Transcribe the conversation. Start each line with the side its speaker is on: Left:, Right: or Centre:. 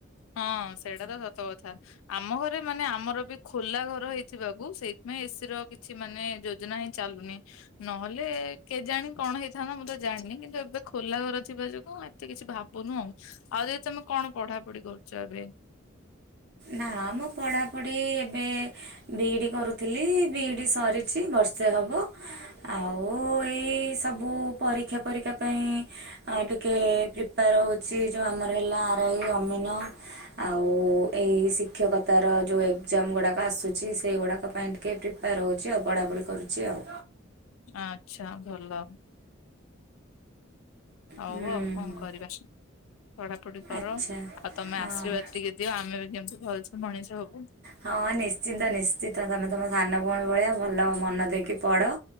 Left: ହଁ ସେଇଟା ତ ସତ କଥା। ଆମ ଘରେ ମାନେ ଆମର ବି ଖୋଲା ଘର ହେଇଥିବାକୁ ସେଇଥିପାଇଁ ଏସି ର କିଛି ମାନେ ଯୋ ଯୋଜନା ହିଁ ଚାଲୁନି। ନହେଲେ କେଜାଣି କଣ ହେଇଥାନ୍ତା ମୁଁ ତ ଜାଣିନି କିନ୍ତୁ ଏବେ ଖୋଲା ଘର ଥିବା ଯୋଗୁ ଏତେ କିଛି ଭାବୁନୁ। ଆଉ ଆଉ ଯଦି ତମେ କଣ ପଢ଼ା ପଢ଼ି କରୁଛ ଏବେ?
Right: ନା ଆମ ପଢ଼ାପଢି ଏବେ ବିଇଡି କରୁଥିଲି ବିଇଡି ସରିଛି ବର୍ଷେ ହବ। ଆଉ ଏଇ ସବୁ ପରୀକ୍ଷା ଫରୀକ୍ଷା ପାଇଁ ଆଉ ଟିକେ ପ୍ରିପାର ହେଉଛି ଯେଉଁ ଆମର ହେଲା ଆରାଇ ଅମିନ। ଆଉ ଏଇ ଶିକ୍ଷକତାର ଯେଉ ଏକ୍ଜାମ ଗୁଡ଼ାକ ଆସୁଛି ସେଇଗୁଡ଼ାକ ପାଇଁ ଟିକେ ପ୍ରି ପାର ରହୁଛି ଆଉ, ପଢ଼ାପଢ଼ି କରୁଛି ଆଉ।
Left: ଆଚ୍ଛା ଭଲ। ହଉ
Right: ହୁଁ
Left: ଆଉ କଣ କରିବା। <inaudible> ପଢ଼ାପଢ଼ି କର
Right: ଆଚ୍ଛା
Left: ଆଉ ତମେ
Right: ହଁ
Left: ଆଶୀର୍ବାଦ ଟିକେ ଦିଅ ଆମେ ବି କେମିତି ଭଲସେ ମଣିଷ ହବୁ।
Right: ହଁ ନିଶ୍ଚିନ୍ତ ନିଶ୍ଚିନ୍ତ ତମେ ତମ ସାନ ଭଉଣୀ ଭଳିଆ ଭଲ ମନ ଦେଇକି ପଢ଼।